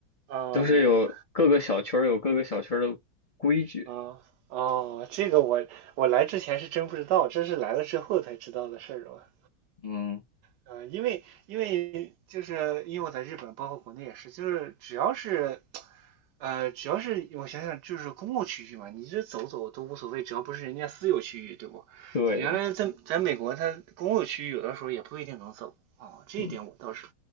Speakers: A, on the right; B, on the left.
A: 哦
B: 都是有各个小区儿有各个小区儿的规矩。
A: 哦哦，这个我我来之前是真不知道，这是来了之后才知道的事儿啊。
B: 嗯
A: 呃，因为因为就是因为我在日本，包括国内也是，就是只要是呃，只要是我想想，就是公共区域嘛，你这走走都无所谓，只要不是人家私有区域，对不？
B: 对，
A: 原来在在美国，它公共区域有的时候也不一定能走啊，这一点我倒是，
B: 嗯，